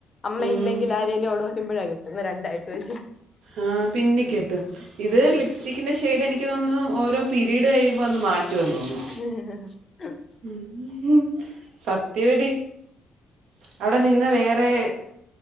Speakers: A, on the left (about 30°); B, on the right (about 85°).
A: അമ്മയില്ലെങ്കിൽ
B: ഉം
A: ആരേലും അവടെ വരുമ്പഴാ കെട്ടുന്നെ രണ്ടായിട്ട വച്ച്
B: ആ പിന്നി കെട്ടും ഇത്
A: ഉം
B: ലിപ്സ്റ്റിക്കിന്റെ ഷെയ്ഡ് എനിക്ക് എിക്കന്ന് ഓരോ പിരീഡ് കഴിയുമ്പോ അന്ന് മാറ്റുമെന്ന് തോന്നുന്നു
A: ഹ് ഹ് <unintelligible>
B: ഉം സത്യവടി അവിടെ നിന്ന വേറെ